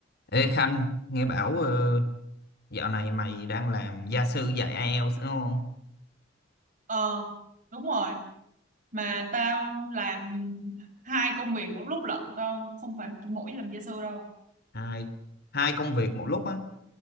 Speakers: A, on the left (about 55°); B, on the right (about 45°).
A: Ê Khanh, nghe bảo ờ, dạo này mày đang làm gia sư dạy IELTS đúng không?
B: Ờ, đúng rồi. Mà tao làm hai công việc một lúc lận. Tao không phải chỉ mỗi làm gia sư đâu.
A: Hai, hai công việc một lúc á.